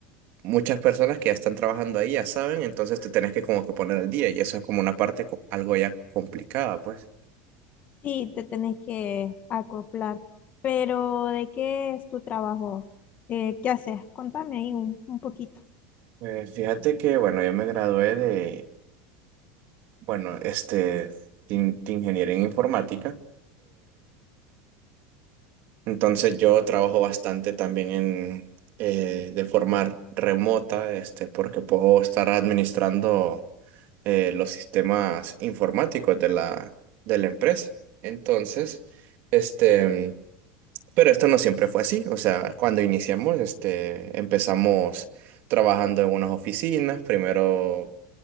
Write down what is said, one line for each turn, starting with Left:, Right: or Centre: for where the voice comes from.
Right: muchas personas que ya están trabajando ahí ya saben, entonces te tenés que como que poner al día y eso es como una parte co- algo ya complicada, pues.
Left: Sí, te tenés que acoplar, pero ¿de qué es tu trabajo? Eh, ¿qué haces? Contame ahí un, un poquito.
Right: Eh, fíjate que, bueno, yo me gradué de, bueno, este, de in- de ingeniería en informática. Entonces yo trabajo bastante también en, eh, de forma remota, este, porque puedo estar administrando eh, los sistemas informáticos de la, de la empresa. Entonces, este, pero esto no siempre fue así. O sea, cuando iniciamos, este, empezamos trabajando en unas oficinas. Primero